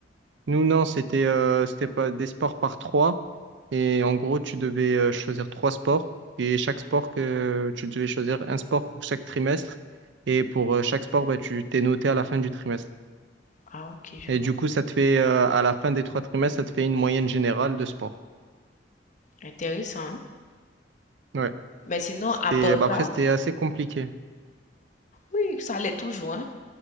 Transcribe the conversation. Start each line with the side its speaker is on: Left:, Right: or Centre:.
Right: Nous, non, c'était euh, c'était pas des sports par trois. Et en gros, tu devais euh, choisir trois sports. Et chaque sport que tu devais choisir un sport pour chaque trimestre. Et pour euh, chaque sport, bah, tu t'es noté à la fin du trimestre.
Left: Ah, ok, je
Right: Et
Left: vois.
Right: du coup, ça te fait, euh, à la fin des trois trimestres, ça te fait une moyenne générale de sport.
Left: Intéressant, hein?
Right: Ouais.
Left: Mais sinon,
Right: C'était,
Left: à part
Right: bah,
Left: ça,
Right: après, c'était assez compliqué.
Left: oui, ça allait toujours, hein?